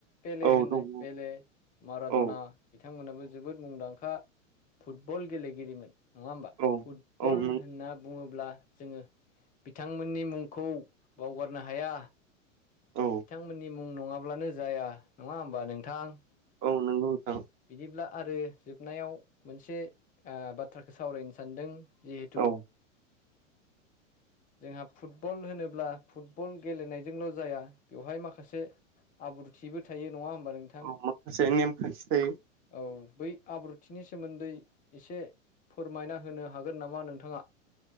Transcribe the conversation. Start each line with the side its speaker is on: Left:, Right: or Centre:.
Left: बेले
Right: औ
Left: होननाय
Right: दङ
Left: बेले मारादना
Right: औ
Left: बिथांमोनाबो जोबोद मुंदांखा। फुटबल गेलेगिरिमोन नङा होमबा
Right: औ
Left: फुटबल
Right: औ नों
Left: होनना बुङोब्ला जोङो बिथांमोननि मुंखौ बावगारनो हाया
Right: औ
Left: बिथांमोननि मुं नङाब्लानो जाया नङा होमबा नोंथां।
Right: औ नोंगौ नोंथां।
Left: बिदिब्ला आरो जोबनायाव मोनसे बाथ्राखौ सावरायनो सानदों। जिहेथु
Right: औ
Left: जोंहा फुटबल होनोब्ला फुटबल गेलेनायजोंल' जाया बेवहाय माखासे आब्रुथिबो थायो नङा होमबा नोंथां
Right: औ माखासे नेमखान्थि थायो
Left: औ बै आब्रुथि बिनि सोमोन्दै एसे फोरमायना होनो हागोन नामा नोंथाङा।